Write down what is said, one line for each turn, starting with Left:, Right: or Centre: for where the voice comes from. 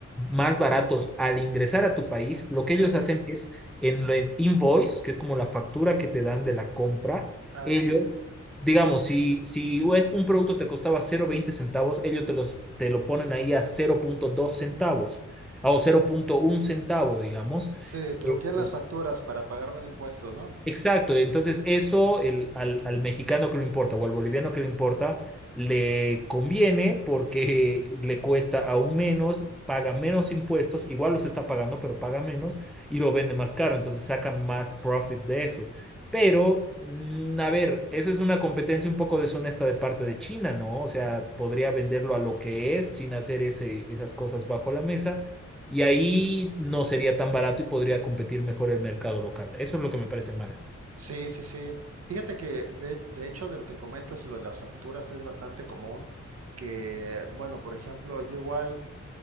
Centre: más baratos al ingresar a tu país, lo que ellos
Right: ¿eh?
Centre: hacen es en el invoice, que es como la factura que te dan de la compra,
Right: Así
Centre: ellos
Right: es.
Centre: Digamos, si, si es un producto te costaba cero coma veinte centavos, ellos te, los, te lo ponen ahí a cero punto dos centavos o 0.1 centavo, digamos.
Right: Sí, truquean
Centre: Eh, eh,
Right: las facturas para pagarme de impuestos, ¿no?
Centre: Exacto, entonces eso el, al, al mexicano que le importa o al boliviano que le importa, le conviene porque le cuesta aún menos, paga menos impuestos, igual los está pagando, pero paga menos y lo vende más caro, entonces saca más profit de eso. Pero, mm, a ver, eso es una competencia un poco deshonesta de parte de China, ¿no? O sea, podría venderlo a lo que es sin hacer ese, esas cosas bajo la mesa y ahí no sería tan barato y podría competir mejor el mercado local. Eso es lo que me parece mal.
Right: Sí, sí, sí. Fíjate que de, de hecho de lo que comentas, lo de las facturas es bastante común, que, bueno, por ejemplo, yo igual...